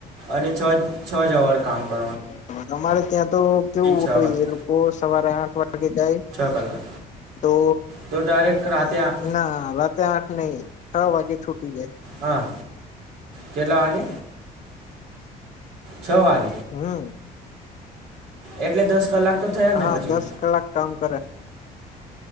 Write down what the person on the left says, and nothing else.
<unintelligible> અમારે ત્યાં તો કેવું
હોય એ લોકો સવારે આઠ વાગે જાય
તો
ના રાતે આઠ નહી છ વાગે છૂટી જાય
હમ.
હા
દસ કલાક કામ કરે.